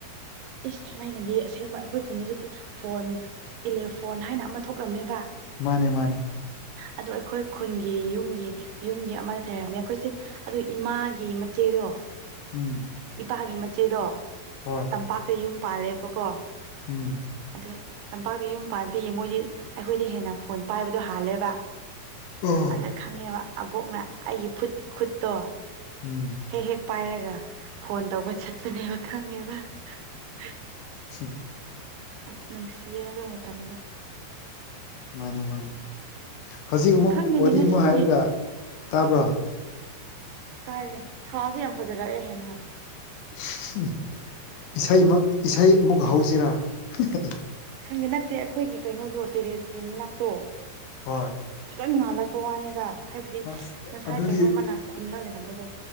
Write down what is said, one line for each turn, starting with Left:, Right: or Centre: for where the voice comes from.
Right: ꯏꯁ ꯊꯥꯏꯅꯗꯤ ꯑꯁꯦꯡꯕ ꯑꯩꯈꯣꯏ ꯈꯨꯟꯗꯁꯨ ꯐꯣꯟ ꯇꯤꯂꯦꯐꯣꯟ ꯍꯥꯏꯅ ꯑꯃ ꯊꯣꯛꯔꯝꯃꯦꯕ
Left: ꯃꯥꯅꯦ ꯃꯥꯅꯦ
Right: ꯑꯗꯨ ꯑꯩꯈꯣꯏ ꯈꯨꯟꯒꯤ ꯌꯨꯝꯒꯤ ꯌꯨꯝꯒꯤ ꯑꯃ ꯊꯩꯔꯝꯃꯦ ꯑꯩꯈꯣꯏꯁꯦ ꯑꯗꯨ ꯏꯃꯥꯒꯤ ꯃꯠ ꯆꯦꯗꯣ
Left: ꯎꯝ
Right: ꯏꯄꯥꯒꯤ ꯃꯆꯦꯗꯣ
Left: ꯍꯣꯏ
Right: ꯇꯝꯄꯥꯛꯇ ꯌꯨꯝ ꯄꯥꯜꯂꯦꯕꯀꯣ
Left: ꯎꯝ
Right: ꯑꯗꯨ ꯇꯝꯄꯥꯛꯗ ꯌꯨꯝ ꯄꯥꯟꯕꯤꯒꯤ ꯃꯣꯏꯗꯤ ꯑꯩꯈꯣꯏꯗꯩ ꯍꯦꯟꯅ ꯐꯣꯟ ꯄꯥꯏꯕꯗꯣ ꯍꯥꯜꯂꯦꯕ
Left: ꯑꯣ
Right: ꯑꯗ ꯈꯪꯉꯦꯕ ꯑꯕꯣꯛꯅ ꯑꯩꯒꯤ ꯐꯨꯠ ꯈꯨꯠꯇꯣ
Left: ꯎꯝ
Right: ꯍꯦꯛ ꯍꯦꯛ ꯄꯥꯏꯔꯒ ꯐꯣꯟ ꯇꯧꯕ ꯆꯠꯄꯅꯦꯕ ꯈꯪꯉꯦꯕ <unintelligible>
Left: <unintelligible>
Right: ꯑꯗ ꯅꯨꯡꯁꯤꯌꯦ ꯑꯗꯨ ꯃꯇꯝꯗꯣ
Left: ꯃꯥꯅꯤ ꯃꯥꯅꯤ ꯍꯧꯖꯤꯛ ꯑꯃꯨꯛ
Right: ꯈꯪꯗꯦꯅꯦ
Left: ꯋꯥꯔꯤ
Right: ꯉꯁꯤꯒꯤ
Left: ꯑꯃꯨꯛ ꯍꯥꯏꯔꯒ ꯇꯥꯕ꯭ꯔꯥ
Right: ꯇꯥꯏꯌꯦ ꯊꯥꯁꯦ ꯌꯥꯝ ꯐꯖꯔꯛꯑꯦ ꯍꯦꯟꯅ
Left: <unintelligible> ꯏꯁꯩ ꯑꯃ ꯏꯁꯩ ꯑꯃꯨꯛꯀ
Right: ꯑꯁ
Left: ꯍꯧꯁꯤꯔꯥ <unintelligible>
Right: ꯈꯪꯗꯦ ꯅꯠꯇꯦ ꯑꯈꯣꯏꯒꯤ ꯀꯩꯅꯣꯗꯣ ꯇꯦꯔꯦꯁꯀꯤ ꯃꯅꯥꯛꯇꯣ
Left: ꯍꯣꯏ
Right: ꯐꯖꯟ ꯉꯥꯜꯂꯛꯄ ꯋꯥꯅꯤꯗ ꯍꯥꯏꯕꯗꯤ <unintelligible>
Left: ꯑꯁ
Right: ꯉꯁꯥꯏ
Left: ꯑꯗꯨꯗꯤ
Right: ꯀꯩꯅꯣꯝꯃꯅ ꯈꯨꯝꯂ ꯂꯩꯔꯝꯕꯗꯣ